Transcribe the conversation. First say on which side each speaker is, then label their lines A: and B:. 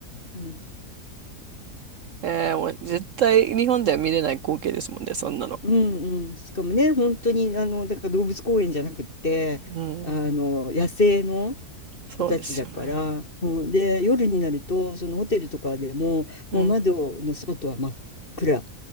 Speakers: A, on the left; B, on the right.
A: もう
B: えー、もう絶対日本では見れない光景ですもんね、そんなの。
A: うんうん、しかもね、本当にあのだから動物公園じゃなくって、
B: うん。
A: あの野生の
B: そうですよね。
A: 子たちだから、うん、で、夜になると、そのホテルとかでも、もう窓の外は真っ暗、
B: うん。